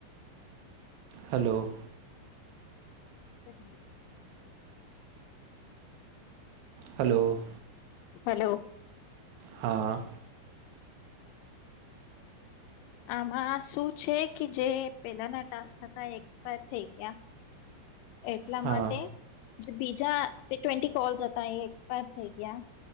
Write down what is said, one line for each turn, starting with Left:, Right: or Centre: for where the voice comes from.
Right: Hello.
Left: હહી <inaudible>
Right: hello.
Left: Hello.
Right: હા.
Left: આમાં શું છે કે જે પેલાના ટાસ્ક હતા એ એક્સપાયર થઈ ગયા એટલા
Right: હા
Left: માટે જે બીજા ટ્વેન્ટી કોલ્સ હતા એ એક્સપાયર થઈ ગયા